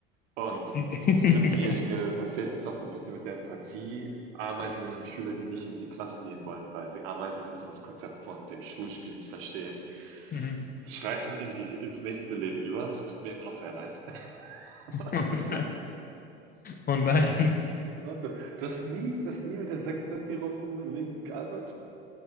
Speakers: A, on the right; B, on the left.
A: Und
B: Die, <laughs>
A: Fünfjährige, da fehlt es doch so ein bisschen mit der Empathie. Ameisen-Schüler, die nicht in die Klasse gehen wollen, weil sie Ameisen sind und das Konzept von dem Schulspiel nicht verstehen,
B: Mhm.
A: schreiten in die ins nächste Leben über. Es tut mir immer noch sehr leid, <laughs>
B: Oh
A: 'n bisschen.
B: nein. Oh nein.
A: Warte, du hast nie du hast nie mit Insekten irgendwie rumgealbert.